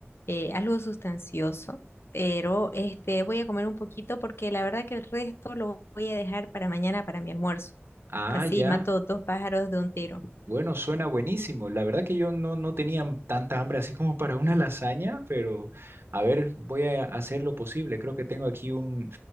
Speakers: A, on the left (about 60°); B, on the right (about 60°).
A: eh, algo sustancioso, pero este, voy a comer un poquito porque la verdad que el resto lo voy a dejar para mañana para mi almuerzo.
B: Ah,
A: Así
B: ya,
A: mato dos pájaros de un tiro.
B: Bueno, suena buenísimo. La verdad que yo no, no tenía tanta hambre así como para una lasaña, pero a ver, voy a hacer lo posible. Creo que tengo aquí un,